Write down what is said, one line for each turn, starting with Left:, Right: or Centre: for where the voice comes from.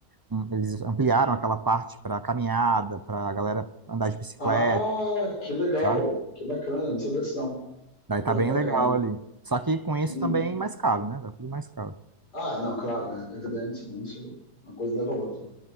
Right: um, eles ampliaram aquela parte pra caminhada, pra galera andar de bicicleta,
Left: Ah, que legal,
Right: sabe?
Left: que bacana, não sabia disso não.
Right: Daí
Left: Porra,
Right: tá bem
Left: que bacana.
Right: legal ali. Só que com isso
Left: Hum,
Right: também é mais caro, né? Tá tudo mais caro.
Left: Ah, não, claro, né? Evidentemente, uma coisa leva a outra.